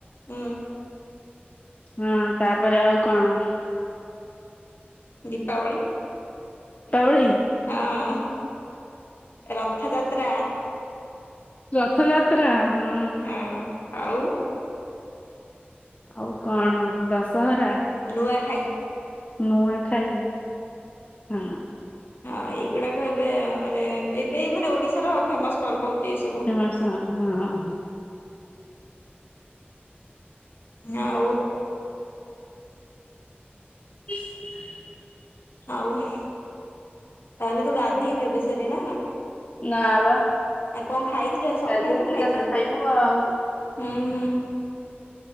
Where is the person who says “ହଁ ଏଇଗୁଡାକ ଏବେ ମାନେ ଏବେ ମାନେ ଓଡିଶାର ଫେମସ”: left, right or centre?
Left